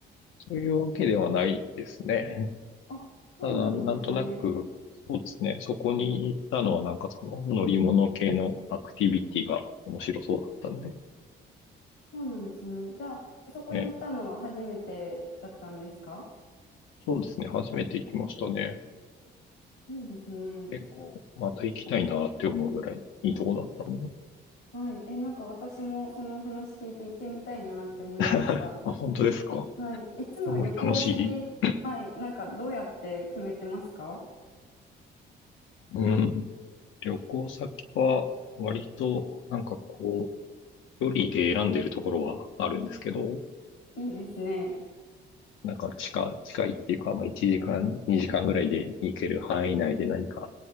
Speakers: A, on the left; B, on the left.
A: そういうわけではないですね。
B: あ、
A: <laughs>
B: そうなんですね。
A: ただ、なんとなく、そうですね。そこに行ったのはなんかその乗り物系のアクティビティが面白そうだったんで、
B: そうなんですね。じゃあ、そこに行ったのは初めてだったんですか
A: ね、そうですね。初めて行きましたね。
B: いいですね。
A: 結構、また行きたいなって思うぐらいいいとこだったんで。
B: はい。え、なんか私もその話聞いて行ってみたいなって思いました。
A: <laughs> あ、本当ですか
B: はい。いつも旅行先、
A: すごい楽しい。
B: はい。なんかどうやって決めてますか
A: うん。旅行先は、割と、なんかこう、距離で選んでるところはあるんですけど、
B: いいですね。
A: なんか近、近いっていうか、まあ1時間、2時間ぐらいで行ける範囲内で何か